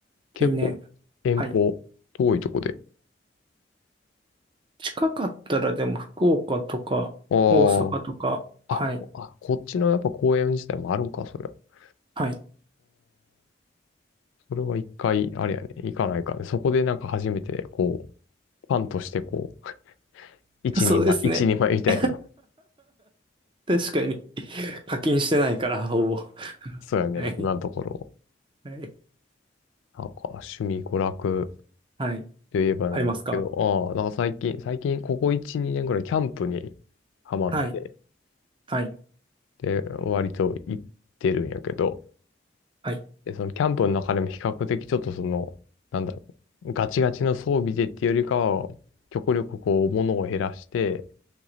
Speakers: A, on the left; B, on the right.
A: 結構遠方、
B: 近年。はい。
A: 遠いとこで。
B: 近かったらでも福岡とか大阪とか、
A: ああ、
B: はい。
A: あ、こあ、こっちのやっぱ公園自体もあるんか、それ。ああ、
B: はい。
A: それは一回、あれやね、行かないかね。そこでなんか初めて、こう、ファンとしてこう、一人前、
B: そうですね。
A: 一人前みたいな。
B: <laughs>
A: ああ、
B: 確かに。課金してないから、ほぼ。
A: そうやね、
B: はい。
A: 今のところ。
B: はい。
A: なんか、趣味、娯楽
B: はい。
A: といえばなんだけど、
B: ありますか
A: ああ、なんか最近、最近、ここ1、2年ぐらいキャンプにハマって、
B: はい。はい。
A: で、割と行ってるんやけど、
B: はい。
A: で、そのキャンプの中でも比較的ちょっとその、なんだろう、ガチガチの装備でっていうよりかは、極力こう、物を減らして、